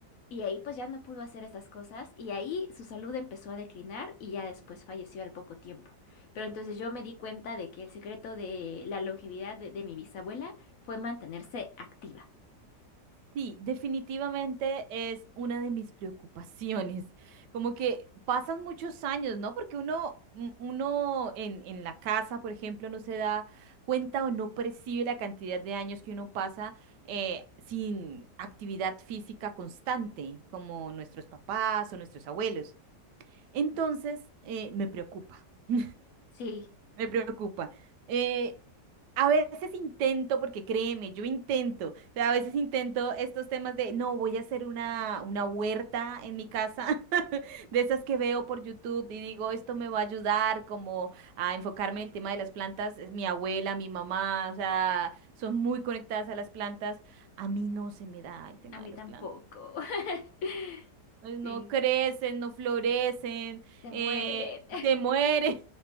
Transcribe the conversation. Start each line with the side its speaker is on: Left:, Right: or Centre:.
Left: y ahí pues ya no pudo hacer estas cosas y ahí su salud empezó a declinar y ya después falleció al poco tiempo. Pero entonces yo me di cuenta de que el secreto de la longevidad de, de mi bisabuela fue mantenerse activa.
Right: Sí, definitivamente es una de mis preocupaciones. Como que pasan muchos años, ¿no? Porque uno, un- uno en, en la casa, por ejemplo, no se da cuenta o no percibe la cantidad de años que uno pasa eh, sin actividad física constante, como nuestros papás o nuestros abuelos. Entonces, eh, me preocupa. <laughs>
Left: Sí,
Right: Me preocupa. Eh, a veces intento, porque créeme, yo intento, o sea, a veces intento estos temas de, no, voy a hacer una, una huerta en mi casa, <laughs> de esas que veo por YouTube y digo, esto me va a ayudar como a enfocarme en el tema de las plantas. Es mi abuela, mi mamá, o sea, son muy conectadas a las plantas. A mí no se me da el tema
Left: a mí
Right: de las
Left: tampoco.
Right: plantas.
Left: <laughs>
Right: No
Left: Sí,
Right: crecen, no florecen,
Left: se
Right: eh,
Left: mueren. <laughs>
Right: se mueren.